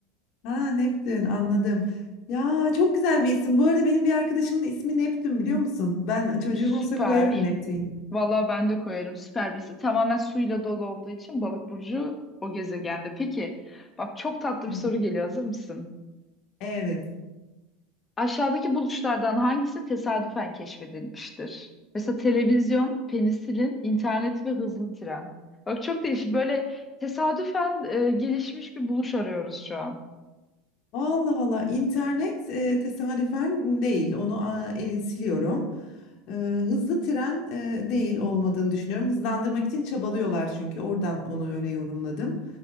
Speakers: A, on the left; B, on the left.
A: Ha Neptün anladım. Ya çok güzel bir isim. Bu arada benim bir arkadaşımın ismi Neptün biliyor musun? Ben çocuğum
B: Süper.
A: olsa koyarım Neptün.
B: Valla ben de koyarım süper bir isim. Tamamen suyla dolu olduğu için balık burcu o gezegende. Peki bak çok tatlı
A: Evet.
B: bir soru geliyor hazır mısın?
A: Evet.
B: Aşağıdaki buluşlardan hangisi tesadüfen keşfedilmiştir? Mesela televizyon, penisilin, internet ve hızlı tren. Bak çok değişik. Böyle tesadüfen e, gelişmiş bir buluş arıyoruz şu an.
A: Allah Allah internet e, tesadüfen değil onu a, e, siliyorum. E, hızlı tren e, değil olmadığını düşünüyorum. Hızlandırmak için çabalıyorlar çünkü oradan onu öyle yorumladım.